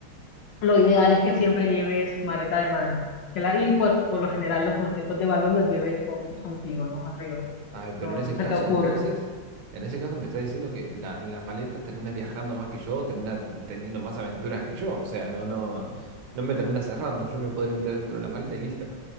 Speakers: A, on the left; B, on the right.
A: lo ideal es que siempre lleves maleta de mano. Que la, y pues por lo general los objetos de valor los lleves con- contigo, ¿no? Arriba.
B: A ver, pero
A: No,
B: en ese
A: no se
B: caso,
A: te ocurre.
B: entonces, en ese caso me está diciendo que la, la maleta termina viajando más que yo, termina teniendo más aventuras que yo. O sea, no, no, no me termina cerrando. Yo me podría meter dentro de la maleta y listo.